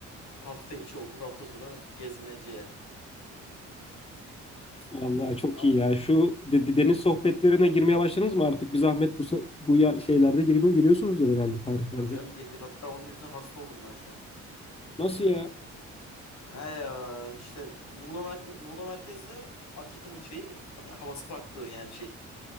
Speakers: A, on the left; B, on the left.
A: Hafta içi okul, hafta sonu gezmece.
B: Vallahi çok
A: Ama
B: iyi ya. Şu de- de- deniz sohbetlerine girmeye başladınız mı artık? Bir zahmet bu, sa- bu ya- şeylerde girmiyor, giriyorsunuzdur herhalde tarihlerde.
A: tabii canım girdik. Hatta onun yüzünden hasta oldum ben şu an.
B: Nasıl ya?
A: He ya işte Muğla, mer Muğla merkezde Akika'nın şeyi ha- e, havası farklı yani şey.